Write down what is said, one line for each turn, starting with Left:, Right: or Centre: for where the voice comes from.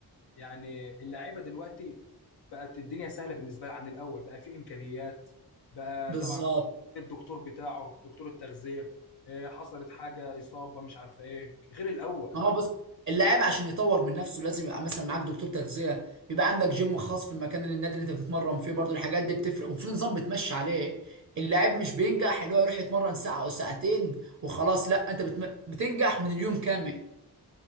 Left: يعني اللعيبه دلوقتي بقت الدنيا سهله بالنسبه لها عن الاول بقى في امكانيات بقى
Right: بالظبط
Left: طبعا الدكتور بتاعه دكتور التغذيه إيه، حصلت حاجه اصابه مش عارفه ايه غير الاول
Right: ما هو بص اللاعب عشان يطور من نفسه لازم يبقى مثلا معاك دكتور تغذيه بيبقى عندك جيم خاص في المكان اللي النادي اللي انت بتتمرن فيه برضو الحاجات دي بتفرق وفي نظام بتمشي عليه اللاعب مش بينجح اللي هو يروح يتمرن ساعه او ساعتين وخلاص لا انت بتم... بتنجح من اليوم كامل